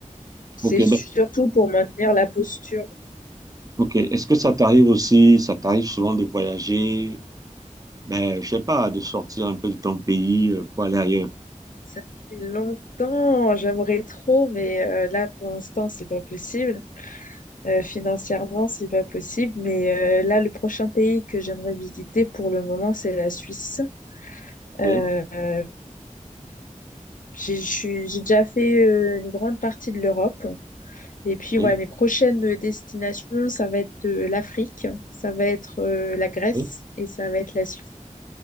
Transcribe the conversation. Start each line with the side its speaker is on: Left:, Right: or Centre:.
Left: C'est
Right: Ok,
Left: surtout
Right: ben,
Left: pour maintenir la posture.
Right: Ok. Est-ce que ça t'arrive aussi, ça t'arrive souvent de voyager, ben, je sais pas, de sortir un peu de ton pays euh, pour aller ailleurs?
Left: Ça fait longtemps, j'aimerais trop, mais euh, là, pour l'instant, c'est pas possible. Euh, financièrement, c'est pas possible. Mais euh, là, le prochain pays que j'aimerais visiter pour le moment, c'est la Suisse.
Right: Ok.
Left: Euh, euh, j'ai je suis- j'ai déjà fait euh, une grande partie de l'Europe. Et puis,
Right: oui,
Left: ouais, mes prochaines destinations, ça va être euh, l'Afrique, ça va être euh, la Grèce
Right: oui.
Left: et ça va être la Suisse.